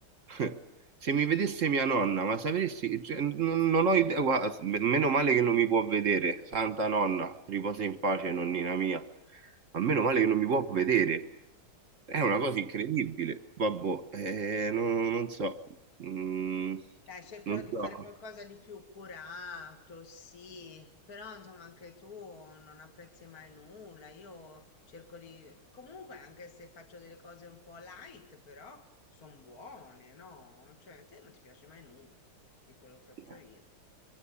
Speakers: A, on the right (about 45°); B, on the left (about 45°).
A: <laughs> Se mi vedesse mia nonna, ma sapresti, cioè, non, non ho idea, guarda, m- meno male che non mi può vedere, santa nonna, riposa in pace, nonnina mia, ma meno male che non mi può vedere. È una
B: Mm.
A: cosa incredibile, babbo, eh, non, non so, Mm,
B: Dai, cercherò
A: non
B: di
A: so,
B: fare qualcosa di più curato, sì, però insomma anche tu non apprezzi mai nulla, io cerco di... Comunque anche se faccio delle cose un po' light, però sono buone, no? Cioè, a te non ti piace mai nulla di quello che faccio
A: Eh,
B: io.